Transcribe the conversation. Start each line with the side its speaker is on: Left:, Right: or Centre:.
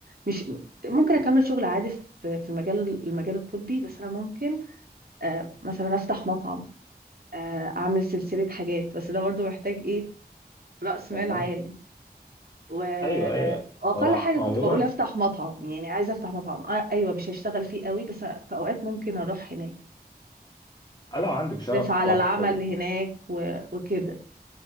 Right: مش ممكن اكمل شغل عادي في في مجال المجال الطبي بس انا ممكن آه، مثلا افتح مطعم آه، اعمل سلسله حاجات بس ده برضو محتاج ايه راس
Left: اها
Right: مال عالي و
Left: ايوه ايوه
Right: واقل
Left: هو
Right: حاجه
Left: عموما
Right: كنت بقول افتح مطعم يعني عايزه افتح مطعم آه، ايوه مش هشتغل فيه قوي بس في اوقات ممكن اروح هناك يعني
Left: لو عندك
Right: اشرف
Left: شغف
Right: على
Left: الطبخ
Right: العمل هناك و... وكده